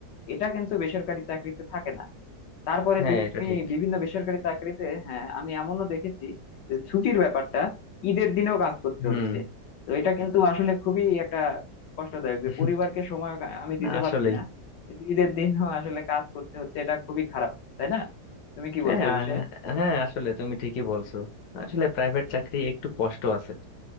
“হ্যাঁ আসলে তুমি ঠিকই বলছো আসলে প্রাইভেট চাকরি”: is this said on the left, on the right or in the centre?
Left